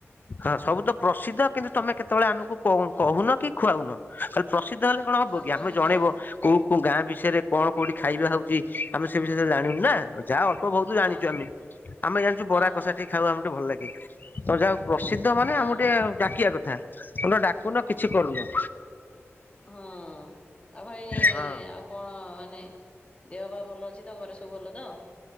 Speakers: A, on the left; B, on the left.
A: ହଁ ସବୁ ତ ପ୍ରସିଦ୍ଧ କିନ୍ତୁ ତମେ କେତେବେଳେ ଆମକୁ। କ କହୁନ କି ଖୁଆଉନ ଖାଲି ପ୍ରସିଦ୍ଧ ହେଲେ କଣ ହବ
B: ହଁ
A: କି
B: କହିବା
A: ଆମେ ଜଣେଇବ।
B: କ
A: କୋଉ କୋଉ ଗାଁ ବିଷୟ ରେ କଣ କୋଉଠି ଖାଇବା ହଉଛି ଆମେ ସେ ବିଷୟରେ ସବୁ ଜାଣିବୁ ନା। ଯା ଅଳ୍ପ ବହୁତୁ ଜାଣିଛୁ
B: ହଁ
A: ଆମେ ଆମେ ଜାଣିଛୁ
B: ହଁ
A: ବରା କଷା ଟିକେ ଖାଇବାକୁ ଆମକୁ ଟିକେ ଭଲ ଲାଗେ ତ ଯା ପ୍ରସିଦ୍ଧ ମାନେ
B: ହଁ
A: ଆମକୁ ଟିକେ ଡାକିବା କଥା ତମେ ତ ଡାକୁନ କିଛି କରୁନ।
B: ହୁଁ ଆଉ ଭାଇ
A: ହଁ।
B: ଆଉ। କଣ ମାନେ ଦେହ ପା ଭଲ ଅଛି ତ ଘରେ ସବୁ ଭଲ ତ।